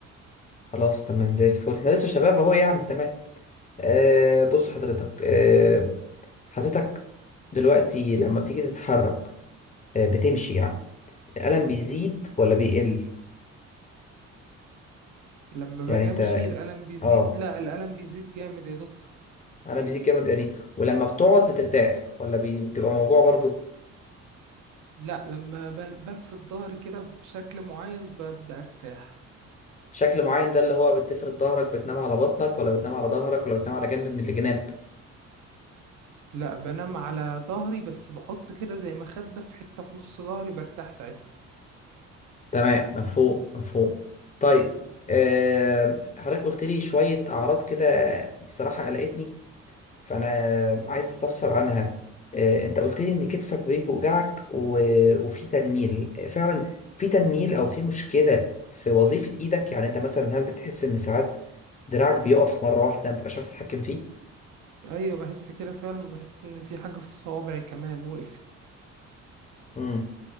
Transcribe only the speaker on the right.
لما
باجي
امشي الألم بيزيد
لا الألم بيزيد جامد يا دكتور
لا لما ب... بفرد ظهري كده بشكل معين ببدأ ارتاح
لا بنام على ظهري بس بحط كده زي مخدة في حتة في نص ظهري برتاح ساعتها
ايوه بحس كده فعلا بحس ان في حاجة في صوابعي كمان وقفت